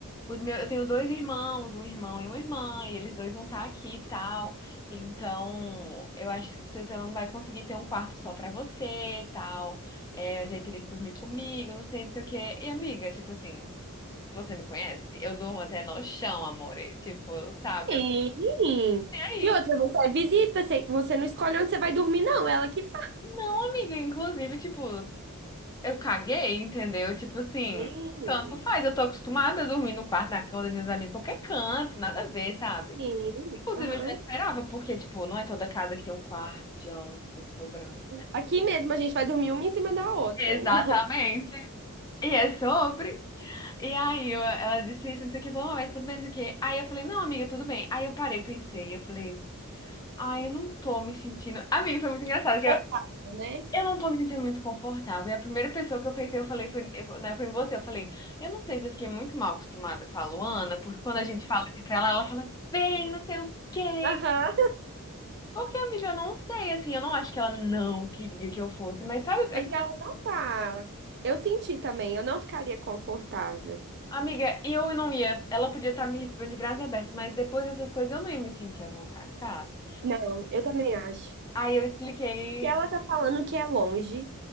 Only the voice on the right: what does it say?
Sim.
E outra, você é visita, você você não escolhe onde você vai dormir, não, ela que faz.
Sim,
sim.
Aham.
Aqui mesmo a gente vai dormir uma em cima da outra,
em
Confortável,
<laughs> né?
Aham.
Mas
ela não tá. Eu senti também, eu não ficaria confortável.
Não, eu também acho.
E ela tá falando que é longe.